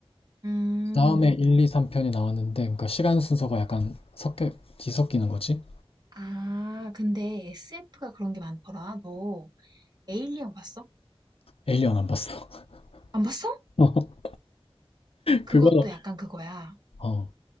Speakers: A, on the right; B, on the left.
A: 음.
B: 다음에 1, 2, 3편이 나왔는데 그러니까 시간 순서가 약간 섞여 뒤섞이는 거지?
A: 아, 근데 SF가 그런 게 많더라. 너 에일리언 봤어?
B: 에일리언 안 봤어.
A: 안 봤어?
B: <laughs> 어,
A: 그것도
B: 그거는
A: 약간 그거야.
B: 어.